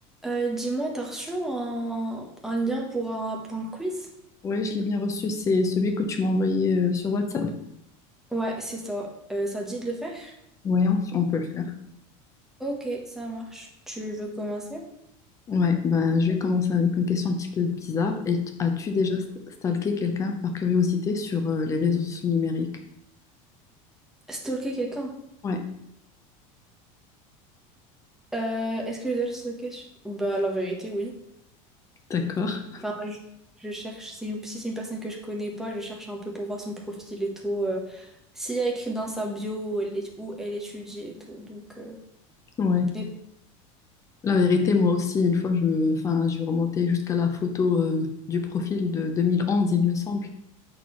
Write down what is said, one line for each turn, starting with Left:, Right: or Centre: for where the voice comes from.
Centre: Euh, dis-moi, t'as reçu un, un lien pour un, pour un quiz?
Left: Ouais, je l'ai bien reçu. C'est celui que tu m'as envoyé euh, sur WhatsApp.
Centre: Ouais, c'est ça. Euh, ça te dit de le faire?
Left: Ouais, on, on peut le faire.
Centre: Ok, ça marche. Tu veux commencer?
Left: Ouais, ben je vais commencer avec une question un petit peu bizarre. Et as-tu déjà stalké quelqu'un par curiosité sur euh, les réseaux sociaux numériques?
Centre: Stalker quelqu'un?
Left: Ouais,
Centre: Euh, est-ce que je dois le stalker? sur- Bah, la vérité, oui.
Left: d'accord.
Centre: Enfin, je, je cherche, c'est une- si c'est une personne que je connais pas, je cherche un peu pour voir son profil et tout. euh, s'il y a écrit dans sa bio où elle, est- où elle étudie et tout. Donc, euh,
Left: Ouais.
Centre: et-
Left: La vérité, moi aussi, une fois, je me, enfin, je remontais jusqu'à la photo euh, du profil de 2011, il me semble,